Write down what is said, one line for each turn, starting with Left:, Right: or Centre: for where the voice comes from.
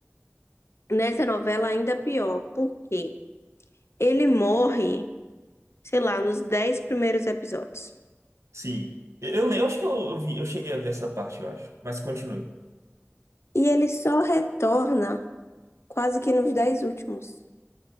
Left: nessa novela ainda pior, porque ele morre, sei lá, nos 10 primeiros episódios.
Right: Sim. Eu, eu lembro, acho que eu, eu vi, eu cheguei a ver essa parte, eu acho. Mas continue.
Left: E ele só retorna quase que nos 10 últimos.